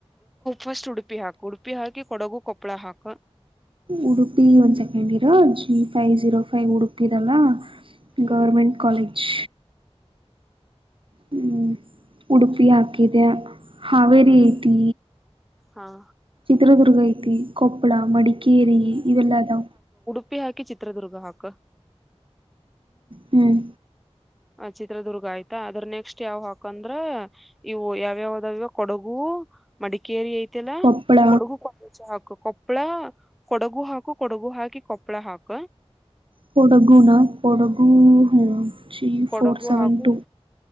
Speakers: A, in the centre; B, on the right.
A: ಫಸ್ಟ್ ಉಡುಪಿ ಹಾಕು ಉಡುಪಿ ಹಾಕಿ ಕೊಡಗು ಕೊಪ್ಪಳ ಹಾಕ
B: ಉಡುಪಿ ಒಂದ್ ಸೆಕೆಂಡ್ ಇರೋ G five zero five Udupi ಇದಲ್ಲ
A: ಹ್ಮ್
B: ಗೌರ್ಮೆಂಟ್ ಕಾಲೇಜ್ ಹ್ಮ್ ಉಡುಪಿ ಹಾಕಿದ ಹಾವೇರಿ
A: ಹ್ಮ್
B: ಐತಿ
A: ಹಾ
B: ಚಿತ್ರದುರ್ಗ ಐತಿ ಕೊಪ್ಪಳ ಮಡಿ ಕೀರಿ ಇವೆಲ್ಲಾದಾ
A: ಉಪ್ಪಿ ಹಾಕಿ ಚಿತ್ರದುರ್ಗ ಹಾಕ
B: ಹ್ಮ್
A: ಆ ಚಿತ್ರದುರ್ಗ ಆಯ್ತಾ ಅದ್ರ ನೆಕ್ಸ್ಟ್ ಯಾವ ಹಾಕಂದ್ರ ಇವು ಯಾವ್ಯಾವ್ದಾವ ಕೊಡಗು ಮಡಿಕೇರಿ ಐತೆಲ್ಲ
B: ಕೊಪ್ಪಳ
A: ಕೊಡುಗು ಕೊಕ ಕೊಪ್ಪಳ ಕೊಡಗು ಹಾಕು ಕೊಡಗು ಹಾಕಿ ಕೊಪ್ಪಳ ಹಾಕ
B: ಕೊಡಗುನಾ ಕೊಡಗು ಹ ತ್ರೀ
A: ಕೊಡಗು
B: ಫೋರ್ ಸೆವೆನ್
A: ಹಾಕು
B: ಟು